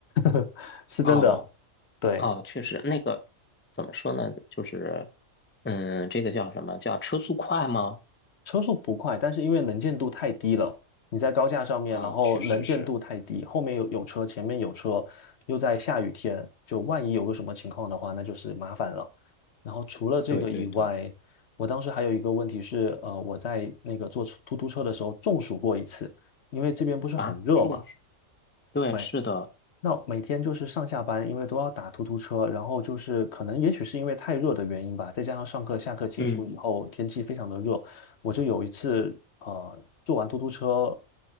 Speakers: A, on the left (about 55°); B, on the left (about 15°).
A: <laughs> 是真的。
B: 哦，
A: 对，
B: 哦，确实，那个怎么说呢？就是，嗯，这个叫什么？叫车速快吗？
A: 车速不快，但是因为能见度太低了，你在高架上面，
B: 啊、
A: 然后能见度太低，
B: 确实是，
A: 后面有有车，前面有车，又在下雨天，就万一有个什么情况的话，那就是麻烦了。然后除了这个以外，
B: 对对对，
A: 我当时还有一个问题是，呃，我在那个坐出突突车的时候中暑过一次，因为这边不是很热嘛。
B: 啊，重视，对，
A: 对。
B: 是的，
A: 那每天就是上下班，因为都要打突突车，然后就是可能也许是因为太热的原因吧，再加上上课下课结束以后天气非常的热，
B: 嗯
A: 我就有一次呃坐完突突车